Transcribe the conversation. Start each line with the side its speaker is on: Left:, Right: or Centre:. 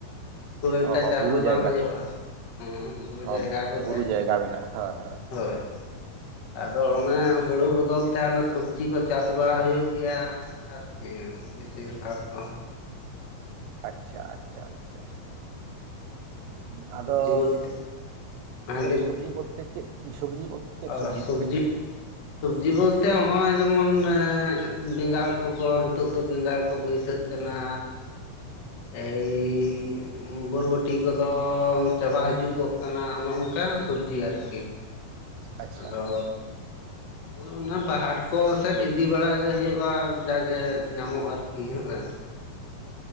Left: ᱠᱷᱩᱵ ᱮᱠᱴᱟ
Right: ᱦᱚᱸ ᱦᱚᱸ
Left: ᱪᱟᱥ
Right: ᱵᱩᱨᱩ
Left: ᱫᱚ
Right: ᱡᱟᱭᱜᱟ
Left: ᱵᱟᱝ ᱦᱩᱭᱩᱜ-ᱟ
Right: ᱠᱚ
Left: ᱾ ᱦᱮᱸ ᱵᱩᱨᱩ
Right: ᱦᱚᱸ
Left: ᱡᱟᱭᱜᱟ ᱠᱚᱜᱮ᱾
Right: ᱵᱩᱨᱩ ᱡᱟᱭᱜᱟ ᱢᱮᱱᱟᱜᱼᱟ
Left: <inaudible>
Right: ᱦᱳᱭ
Left: ᱦᱳᱭ ᱾ ᱟᱫᱚ ᱚᱱᱮ ᱦᱩᱲᱩ ᱵᱚᱫᱚᱞ ᱛᱮ ᱚᱱᱮ ᱥᱚᱵᱽᱡᱤ ᱠᱚ ᱪᱟᱥ ᱵᱟᱲᱟ ᱦᱩᱭᱩᱜ ᱜᱮᱭᱟ ᱟᱨᱠᱤ ᱾ ᱵᱮᱥᱤᱨ ᱵᱷᱟᱜᱽ ᱫᱚ
Right: ᱟᱪᱪᱷᱟ ᱟᱪᱪᱷᱟ ᱟᱪᱪᱷᱟ ᱾ ᱟᱫᱚ,
Left: ᱥᱚᱵᱽᱡᱤ ᱵᱚᱞᱛᱮ ᱦᱮᱸ
Right: ᱪᱮᱫ ᱥᱚᱵᱽᱡᱤ ᱵᱚᱞᱛᱮ ᱪᱮᱫ ᱥᱚᱵᱡᱤ ᱵᱚᱞᱛᱮ? ᱪᱮᱫ
Left: ᱟᱨ
Right: ᱠᱚᱯᱮ
Left: ᱥᱚᱵᱽᱡᱤ
Right: ᱪᱟᱥᱟ
Left: ᱥᱚᱵᱽᱡᱤ ᱵᱚᱞᱛᱮ ᱱᱚᱭ ᱡᱮᱢᱚᱱ ᱵᱮᱸᱜᱟᱲ ᱠᱚᱠᱚ ᱱᱤᱛᱚᱜ ᱫᱚ ᱵᱮᱸᱜᱟᱲ ᱠᱚ ᱵᱟᱹᱭᱥᱟᱹᱜ ᱠᱟᱱᱟ
Right: <unintelligible>
Left: ᱮᱹᱭ ᱵᱚᱨᱵᱚᱴᱤ ᱠᱚᱫᱚ ᱪᱟᱵᱟ ᱦᱤᱡᱩᱜ-ᱚᱜ ᱠᱟᱱᱟ ᱚᱱ-ᱚᱱᱠᱟᱱ ᱥᱚᱵᱽᱡᱤ ᱟᱨᱠᱤ ᱾
Right: ᱟᱪᱪᱷᱟ
Left: ᱟᱫᱚ
Right: ᱟᱪᱪᱷᱟ ᱟᱪᱪᱷᱟ,
Left: ᱚᱱᱟ ᱵᱟ ᱦᱟᱴ ᱠᱚ ᱥᱮᱫ ᱤᱫᱤ ᱵᱟᱲᱟ ᱜᱮ ᱦᱩᱭᱩᱜᱼᱟ, ᱡᱟᱜᱮ ᱧᱟᱢᱚᱜ ᱟᱨᱠᱤ ᱦᱮᱸᱥᱮ ᱾